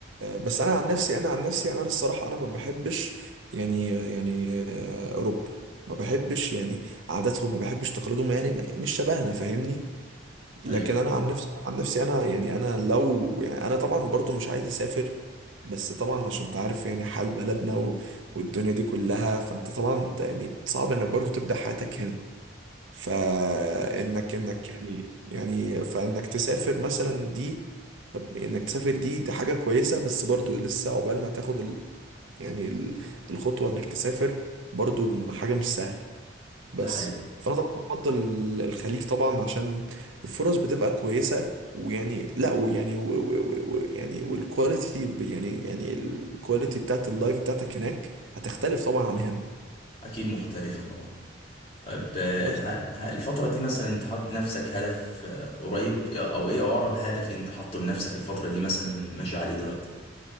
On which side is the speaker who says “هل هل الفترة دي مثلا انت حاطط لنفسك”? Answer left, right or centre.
Left